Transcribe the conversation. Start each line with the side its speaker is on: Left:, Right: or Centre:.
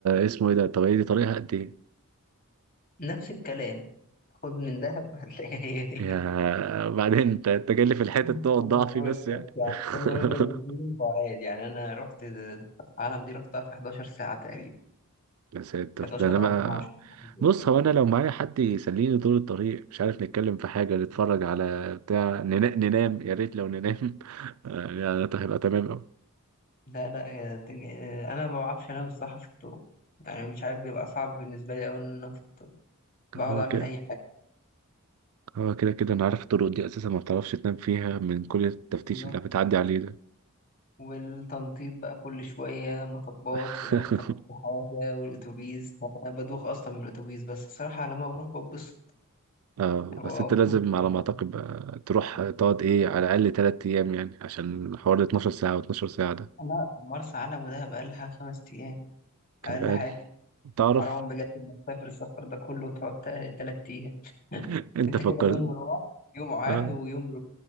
Right: اسمه ايه ده طب هي دي طريقها قد ايه
Left: نفس الكلام خد من دهب هتلاقيها هي
Right: يا
Left: هي
Right: بعدين انت انت جاي لي في الحتة
Left: <laughs>
Right: تقعد
Left: أنا
Right: ضعفي
Left: بقول
Right: بس
Left: بس
Right: يعني
Left: يعني
Right: <laughs>
Left: هو هما الاتنين بعاد يعني أنا رحت العالم دي رحتها في 11 ساعة تقريبا
Right: يا ساتر
Left: 11
Right: ده انا ما
Left: أو 12 حاجة زي
Right: بص
Left: كده
Right: هو انا لو معايا حد يسليني طول الطريق مش عارف نتكلم في حاجة نتفرج على بتاع ننا- ننام يا ريت لو ننام <laughs> يعني ده هيبقى تمام اوي
Left: لا لا تج- أنا ما بعرفش أنام الصراحة في الطرق يعني مش عارف بيبقى صعب بالنسبة لي أوي إن أنام في الطرق بقعد
Right: هو
Left: أعمل
Right: كده
Left: أي
Right: هو كده كده انا عارف الطرق دي اساسا ما بتعرفش تنام فيها من كل التفتيش
Left: حاجة
Right: اللي بتعدي عليه ده
Left: والتنطيط بقى كل شوية مطبات
Right: <laughs>
Left: ولو طبت حاجة والأتوبيس أنا بدوخ أصلا من الأتوبيس بس الصراحة لما بروح ببسط
Right: اه
Left: يعني
Right: بس
Left: ببقى
Right: انت لازم
Left: مبسوط كده
Right: على ما
Left: فاهم؟
Right: اعتقد بقى تروح تقعد ايه على الاقل تلات ايام يعني عشان حوالي 12 ساعة و12 ساعة ده
Left: لا مرسى علم ودهب أقلها خمس أيام
Right: كده
Left: أقل
Right: بقى
Left: حاجة
Right: تعرف
Left: حرام بجد إنك تسافر السفر ده كله وتقعد تا- تلات أيام
Right: <laughs> انت
Left: أنت
Right: فكرت
Left: كده يوم روح يوم عاد
Right: اه
Left: ويوم روح